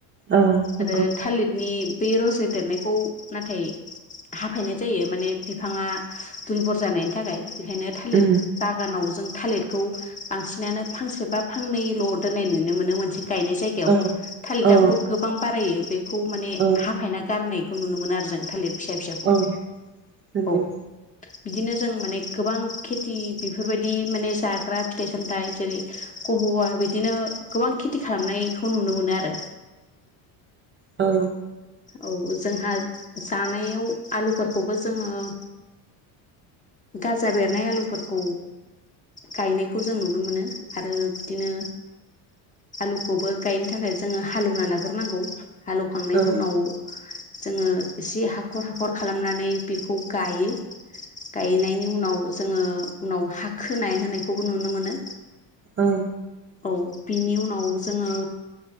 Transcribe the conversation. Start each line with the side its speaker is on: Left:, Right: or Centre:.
Right: औ नंगौ
Left: आरो थालितनि बे रजे देरनायखौ नाथाय हाफायनाय जायो माने बिफाङा दुलबुर जानायनि थाखाय बेखायनो थालित
Right: उम
Left: बागानाव जों थालिरखौ बांसिनानो फांसे फांनैल' दोननाय नुनो मोनो मोनसे गायनाय जायगायाव
Right: औ
Left: थालिराबोथ'
Right: औ
Left: गोबां बारायो खौ माने
Right: औ
Left: हाफायना गारनाय बेखौ नुनो मोनो आरो जों। थालिर फिसा फिसाखौ
Right: औ नंगौ
Left: औ। बिदिनो जों माने गोबां खेथि बेफोरबायदि माने जाग्रा फिथाइ सामथाइ जेरै बिदिनो गोबां खेथि खालामनायखौ नुनो मोनो आरो।
Right: औ
Left: औ जोंहा जानायाव आलुफोरखौबो जोङो गाजा बेरनाय आलुफोरखौ गायनायखौ जों नुनो मोनो आरो बिदिनो आलुखौबो गायनो थाखाय जोङो हालेवना लाग्रोनांगौ। हालौखांनायनि।
Right: औ
Left: जोङो एसे हाखर हाखर खालामनानै बेखौ गायो। गायनायनि उनाव। जोङो उनाव हा खोनाय होनायखौबो नुनो मोनो।
Right: औ
Left: औ बिनि उनाव। जोङो